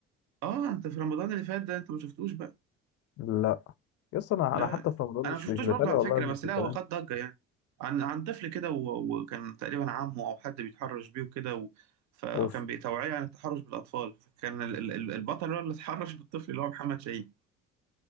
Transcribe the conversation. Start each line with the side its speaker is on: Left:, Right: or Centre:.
Right: اه آه، انت في رمضان اللي فات ده انت ما شفتوش بقى
Left: لا يس أنا
Right: لا
Left: أنا حتى في رمضان
Right: انا
Left: مش
Right: ما شفتوش
Left: مش بتابع
Right: برضه على
Left: والله
Right: فكره
Left: المسلسلات
Right: بس لا هو خد ضجه يعني عن عن طفل كده و- وكان تقريبا عمه او حد بيتحرش بيه وكده و... فكان
Left: أوف
Right: بتوعية عن التحرش بالاطفال فكان ال- ال- ال- البطل هو اللي اتحرش بالطفل اللي هو محمد شاهين